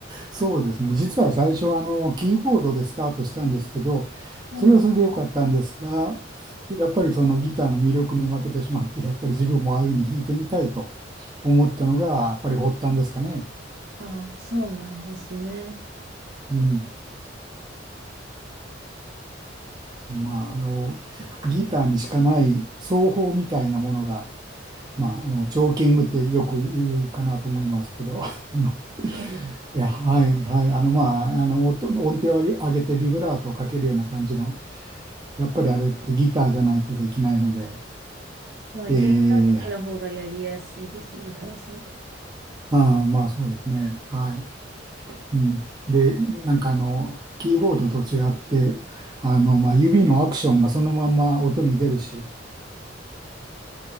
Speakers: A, on the right; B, on the right.
A: そうですね。実は最初はあの、キーボードでスタートしたんですけど、
B: そうなんです。
A: それはそれで良かったんですが、やっぱりそのギターの魅力に負けてしまって、やっぱり自分もああいうふうに弾いてみたいと。思ったのが、やっぱり発端ですかね。
B: ああ、そうなんですね。
A: うん。まあ、あの、ギターにしかない奏法みたいなものが、まあ、あの、チョーキングってよく言うかなと思いますけど、<laughs> あの
B: はい。
A: いや、はい、はい。あの、まあ、あの、音、音程を上げてビブラートをかけるような感じの、やっぱりあれってギターじゃないとできないので、
B: まあ、
A: え
B: 弦楽器の方がやりやすいですよね、多分そういうの。
A: ああー、まあそうですね。はい。うん、で、なんかあの、キーボードと違って、あの、まあ、指のアクションがそのまま音に出るし、